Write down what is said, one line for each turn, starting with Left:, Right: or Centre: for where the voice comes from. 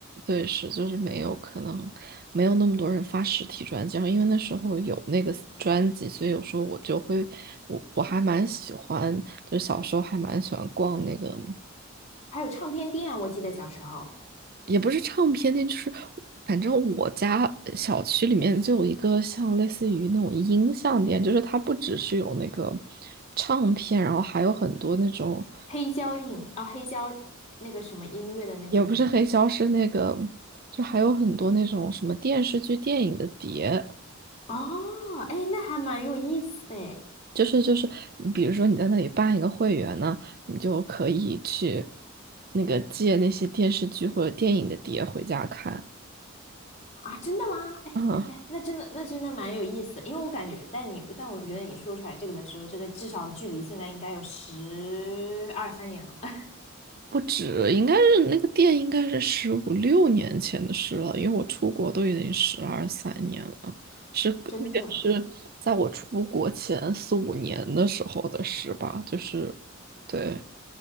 Right: 对是就是没有可能没有那么多人发实体专辑，然后因为那时候有那个专辑，所以有时候我就会我我还蛮喜欢，就小时候还蛮喜欢逛那个。
Left: 还有唱片店啊，我记得小时候
Right: 也不是唱片店，就是反正我家呃小区里面就有一个像类似于那种音像店，就是它不只是有那个唱片，然后还有很多那种，
Left: 黑胶影啊、黑胶那个什么音乐的那个吗？
Right: 也不是黑胶，是那个，就还有很多那种什么电视剧、电影的碟，
Left: 哦，哎，那还蛮有意思的哎
Right: 就是就是，你比如说你在那里办一个会员呢，你就可以去那个借那些电视剧或者电影的碟回家看。
Left: 啊，真的吗？哎哎哎，
Right: <laughs> 嗯，
Left: 那真的那真的蛮有意思的，因为我感觉，但你但我觉得你说出来这个的时候，这个至少距离现在应该有十二三年了，<laughs> 哎
Right: 不止，应该是那个店应该是十五六年前的事了，因为我出国都已经十二三年了，是那个是在我出国前四五年的时候的事吧，
Left: 真的，
Right: 就是对，